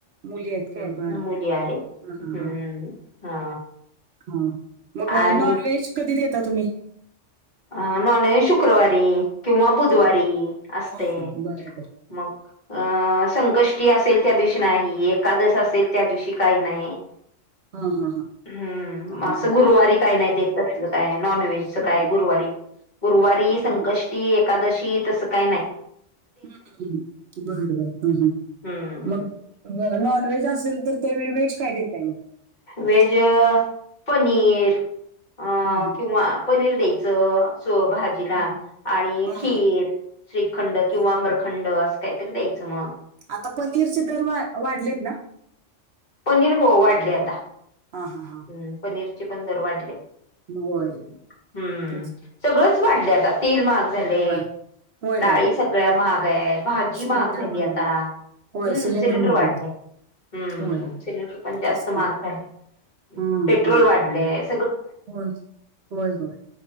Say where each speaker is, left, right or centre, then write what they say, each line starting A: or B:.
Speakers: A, on the right (about 65°); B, on the left (about 40°).
A: मुली आहेत काय?
B: हम!
A: बरं,
B: मुली
A: बरं.
B: आहेत.
A: हां, हां,
B: हम्म,
A: हां,
B: हा.
A: हां. मग
B: आणि
A: नॉनव्हेज कधी देता तुम्ही?
B: अ नॉनज शुक्रवारी, किंवा बुधवारी
A: हां,
B: असतय.
A: हां, हां. बरं, बरं.
B: मग अं संकष्टी असेल त्या दिवशी नाही, एकादश असेल त्या दिवशी काही नाही.
A: हां, हां, हां.
B: हम्म!
A: बरं,
B: असं
A: बरं.
B: गुरुवारी काय नाही देत तसल काय, नॉनव्हेजच
A: हं,
B: काय.
A: हं.
B: गुरुवारी गुरुवारी
A: हं,
B: संकष्टी,
A: हं.
B: एकादशी, तसं काय नाय.
A: हम्म! बर बर, हम,
B: हम्म हम्म
A: मग नॉनव्हेज असेल तर त्या वेळी व्हेज काय देताय मग?
B: व्हेज, पनीर अं
A: हां, हां.
B: किंवा पनीर द्यायचं, भाजीला,
A: हां, हां.
B: आणि
A: हां,
B: खीर
A: हां.
B: श्रीखंड किंवा
A: बरं.
B: अम्रखंड असं काहीतरी द्यायचं मग.
A: आता पनीरचे दर वा वाढलेत ना?
B: पनीर हो, वाढले आता.
A: हां, हां, हां.
B: हम्, पनीरचे पण दर वाढलेत.
A: होय,
B: हम्म!
A: तेच.
B: सगळंच वाढलं आता, तेल महाग झाले,
A: होय, होय,
B: डाळी
A: होय.
B: सगळ्या महाग आहेत. भाजी
A: सिलेंडर
B: महाग झाली आता,
A: आहे. होय,
B: हम्म! सिलेंडर
A: महाग
B: वाढलेय.
A: आहे.
B: हम्म.
A: होय,
B: सिलेंडर पण जास्त
A: तेच की.
B: महाग झाले,
A: हां,
B: पेट्रोल
A: होय.
B: वाढलेत.
A: होय, होय होय,